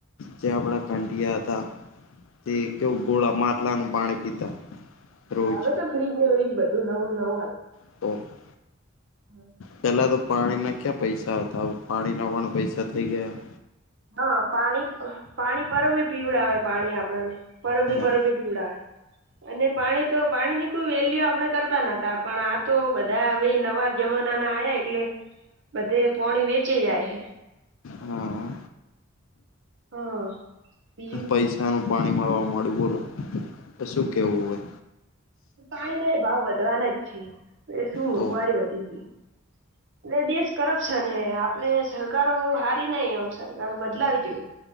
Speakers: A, on the left (about 70°); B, on the right (about 65°).
A: જે આપણા ઘંટિયા હતા તે કેવુ ગોળા માટલાનું પાણી પીતા.
B: હા
A: રોજ
B: હવે તો ફ્રીજ ને <unintelligible> બધું નવું નવું આયુ.
A: <inaudible>
B: <inaudible>
A: પેલા તો પાણી ના ક્યાં પૈસા હતા હવે તો પાણી ના પણ પૈસા થઈ ગયા.
B: હા પાણી પાણી પરબે પીવડાવે પાણી આપડને પરબે
A: હા
B: પરબે પીવડાવે અને પાણી તો પાણી ની કોઈ વેલ્યુ આપણે કરતા નતા પણ આ તો બધા હવે નવા જમાના ના આયા એટલે બધે પોણી વેચાય જાય હે
A: હા
B: હા બીજું
A: પૈસાનું પાણી મળવા માંડ્યું બોલો તો શું કેવું હવે
B: પાણીને ભાવ વધવાના જ છે એ શું મોંઘવારી
A: તો
B: વધી ગઈ એટલે દેશ કરપ્શન હે આપણે સરકારો બહુ હારી નાઈ એમ સરકારો બદલાવી જોએ.